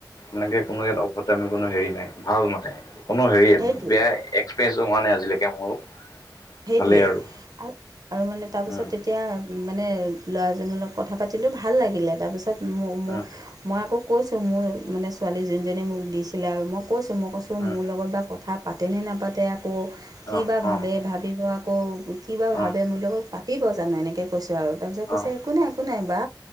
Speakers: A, on the left (about 60°); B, on the right (about 55°).
A: এনেকে কোনো ইয়াত অভদ্ৰামি কোনো হেৰি নাই ভাল মানে কোনো হেৰিয়ে
B: সেইটোৱে
A: বেয়া এক্স <unintelligible> হোৱা নাই আজিলৈকে মোৰো।
B: সেইটোৱেই
A: ভালেই আৰু
B: আৰু মানে তাৰপিছত
A: উম,
B: এতিয়া মানে ল'ৰাজনৰ লগত কথা পাতিলো ভাল লাগিলে, তাৰপিছত <unintelligible>
A: উম,
B: মই আকৌ কৈছোঁ মোৰ মানে ছোৱালী যোনজনী মোক দিছিলে আৰু মই কৈছোঁ মই কৈছোঁ ত'
A: উম।
B: মোৰ লগত বা কথা পাতেনে নাপাতে আকৌ কি
A: অ',
B: বা ভাবে,
A: অ',
B: ভাবিব আকৌ কিবা ভাবে
A: অ',
B: মোৰ লগত পাতিব জানো এনেকৈ কৈছোঁ আৰু তাৰপিছত কৈছে
A: অ', অ',
B: একো নাই একো নাই বা